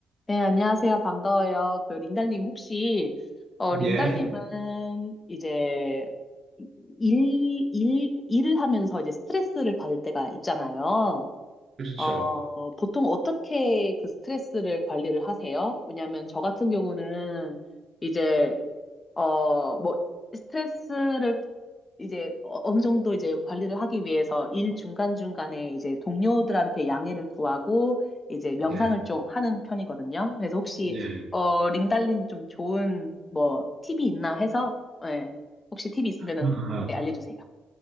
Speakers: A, on the left (about 25°); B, on the right (about 45°).
A: 네, 안녕하세요. 반가워요. 그 링달님 혹시 어 링달님은
B: 예,
A: 이제 일, 일, 일을 하면서 이제 스트레스를 받을 때가 있잖아요.
B: 그렇죠.
A: 어, 보통 어떻게 그 스트레스를 관리를 하세요? 왜냐하면 저 같은 경우는 이제 어, 뭐 스트레스를 이제 어- 어느 정도 이제 관리를 하기 위해서 일 중간중간에 이제 동료들한테 양해를 구하고 이제 명상을
B: 예,
A: 좀 하는 편이거든요. 그래서 혹시
B: 예.
A: 어 린달님 좀 좋은 뭐 팁이 있나 해서 예, 혹시 팁이 있으면은
B: 아, 아.
A: 네, 알려주세요.